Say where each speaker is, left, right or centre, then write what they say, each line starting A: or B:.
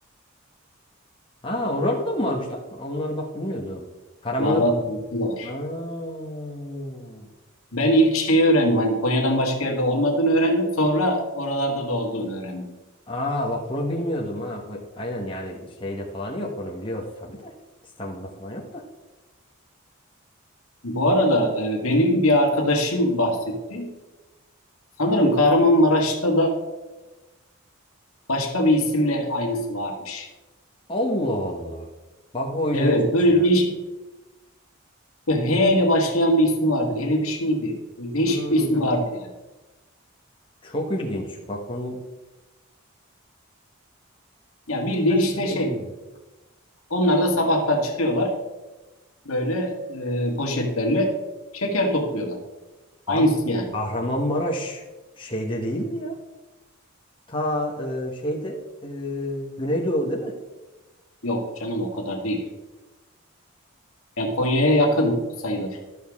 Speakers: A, on the left (about 25°); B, on the left (about 75°).
A: Ha oralarda da mı varmış lan? Onları bak bilmiyordum. Karaman'da.
B: Var var. var.
A: Aa.
B: Ben ilk şeyi öğrendim. Hani Konya'dan başka yerde olmadığını öğrendim. Sonra oralarda da olduğunu öğrendim.
A: Aa bak bunu bilmiyordum ha. Ko- Aynen yani şeyde falan yok onu biliyoruz tabii de. İstanbul'da falan yok da.
B: Bu arada e, benim bir arkadaşım bahsetti. Sanırım Kahramanmaraş'ta da başka bir isimle aynısı varmış.
A: Allah Allah. Bak o ilginçmiş
B: Evet, böyle
A: ya.
B: değişik H ile başlayan bir ismi vardı. Helebiş miydi? Böyle değişik
A: Hmm.
B: bir ismi vardı yani.
A: Çok ilginç. Bak onu
B: Ya bildiğin
A: şaşırtıcıydı.
B: işte şey. Onlar da sabahtan çıkıyorlar. Böyle e, poşetlerle şeker topluyorlar.
A: Abi
B: Aynısı yani.
A: Kahramanmaraş şeyde değil mi ya? Ta e, şeyde e, Güneydoğu değil mi?
B: Yok canım o kadar değil. Yani Konya'ya yakın sayılır.